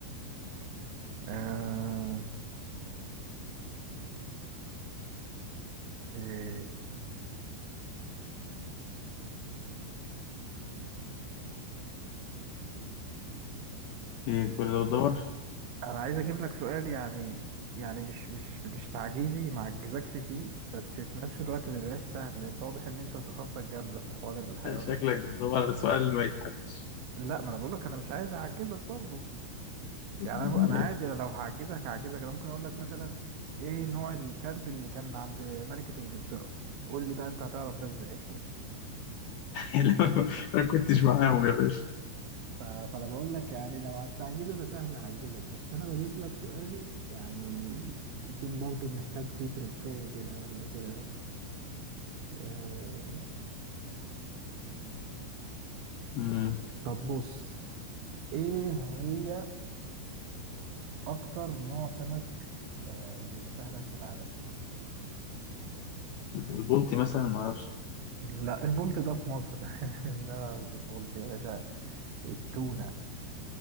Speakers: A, on the right; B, on the left.
A: آه... إيه،
B: إيه كل ده بتدور؟
A: انا عايز اجيب لك سؤال يعني يعني مش مش مش تعجيزي ما اعجزكش فيه بس في نفس الوقت ما بيبقاش سهل لان انت واضح ان انت ثقافتك جامده في حوار الحيوانات
B: شكلك
A: ده
B: بتدور على سؤال ما يتحلش
A: لا ما انا بقول لك انا مش عايز اعجزك برضه
B: <laughs>
A: يعني انا أنا عادي انا لو هعجزك هعجزك انا ممكن اقول لك مثلا ايه نوع الكلب اللي كان عند ملكة انجلترا قول لي بقى انت هتعرف ده ازاي <laughs>
B: لو- أنا ما كنتش معاهم يا باشا
A: ف- فانا بقول لك يعني لو على التعجيز انا سهل اعجزك بس انا بجيب لك سؤال يعني يكون برضو محتاج فيه تركاية كده ولا كده آه،
B: مم.
A: طب بص ايه هي اكتر نوع سمك آه، بيستهلك في العالم
B: البلطي مثلا معرفش
A: لا البولت ده في مصر <laughs> انما مش البولت يا باشا التونة